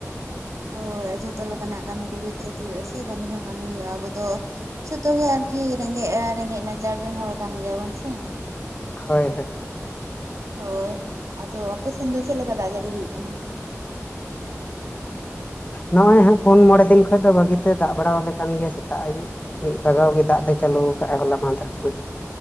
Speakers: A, on the right (about 75°); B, on the left (about 30°).
A: ᱦᱳᱭ ᱡᱚᱛᱚ ᱞᱮᱠᱟᱱᱟᱜ ᱠᱟᱹᱢᱤ ᱠᱚᱜᱮ ᱪᱮᱫ ᱦᱩᱭᱩᱜ ᱟᱥᱮ ᱠᱟᱹᱢᱤ ᱦᱚᱸ ᱠᱟᱹᱢᱤ ᱦᱩᱭᱩᱜᱼᱟ ᱟᱵᱚ ᱫᱚ ᱡᱷᱚᱛᱚ ᱜᱮ ᱟᱨᱠᱤ ᱨᱮᱸᱜᱮᱡ ᱨᱮᱸᱜᱮᱡ ᱱᱟᱪᱟᱨ ᱨᱮᱱ ᱦᱚᱲ ᱠᱟᱱ ᱜᱮᱭᱟᱵᱚᱱ ᱥᱮ
B: ᱦᱳᱭ ᱦᱳᱼᱼ
A: ᱦᱳᱭ ᱟᱫᱚ ᱟᱯᱮ ᱥᱮᱱ ᱫᱚ ᱪᱮᱫ ᱞᱮᱠᱟ ᱫᱟᱜ ᱡᱟᱹᱲᱤ ᱦᱩᱭᱩᱜ ᱠᱟᱱᱟ
B: ᱱᱚᱜᱼᱚᱭ ᱦᱟᱜ ᱯᱩᱱ ᱢᱚᱬᱮ ᱫᱤᱱ ᱠᱷᱚᱡ ᱫᱚ ᱵᱷᱟᱹᱜᱤᱛᱮ ᱫᱟᱜ ᱵᱟᱲᱟᱣᱟᱞᱮ ᱠᱟᱱ ᱜᱮᱭᱟ ᱥᱮᱛᱟᱜ ᱟᱹᱭᱩᱵ ᱢᱤᱫ ᱞᱟᱜᱟᱣ ᱜᱮ ᱫᱟᱜ ᱫᱚᱭ ᱪᱟᱹᱞᱩ ᱟᱠᱟᱫ ᱟᱭ ᱦᱚᱞᱟ ᱢᱟᱫᱷᱮᱨ ᱠᱷᱚᱱ